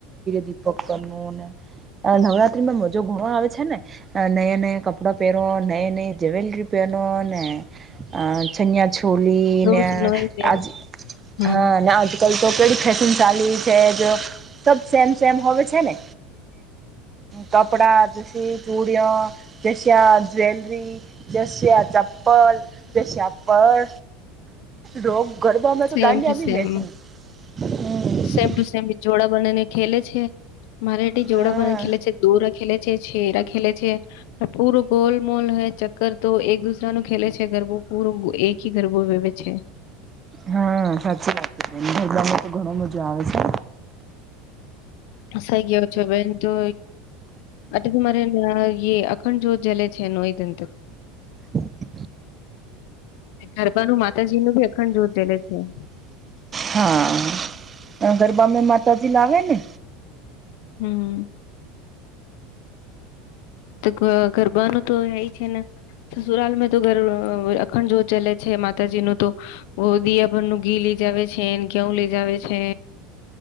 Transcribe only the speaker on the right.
દીપક કરી નવરાત્રીમાં મજો બવ આવે છે ને નયા નયા કપડાં પહેરો નય નઈ જવેલરી પહેરો ને એ ચણિયા છોલીને
આજ
હા આજ કલ તો કેડી ફૅશન ચાલી છે જો સબ સેમસેમ હવે છે ને કપડા એ જશે આ જ્વેલરી જ શયા પર રેશિયા પર રોગ ગરબામાં
તો દાંડિયા
બી
મેસી હ
હા
હા સાચી વાત છે બેજામાં તો ઘણ મજા આવે છે
હ
હા ગરબામાં માતાજીલાવે ને